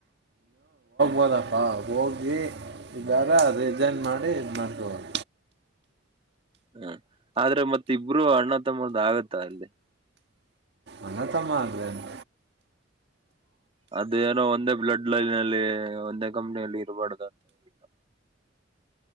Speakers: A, on the right (about 60°); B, on the right (about 30°).
A: ಹಬೋದಪ್ಪ, ಹೋಗಿ ಇದಾರ ರಿಸೈನ್ ಮಾಡಿ ಇದು ಮಾಡ್ಕೊಬೋದು.
B: ಹ್ಮ ಆದ್ರೆ ಮತ್ ಇಬ್ರು ಅಣ್ಣ ತಮ್ಮದ ಆಗತ್ತ ಅಲ್ಲಿ
A: ಅಣ್ಣತಮ್ಮ ಅಂದ್ರೇನು?
B: ಅದ ಏನೋ ಒಂದೇ ಬ್ಲಡ್ ಲೈನ್ ಅಲ್ಲಿ ಒಂದೇ ಕಂಪ್ನಿಯಲ್ಲಿ ಇರಬಾರ್ದ ಅಂತ ಹೇಳ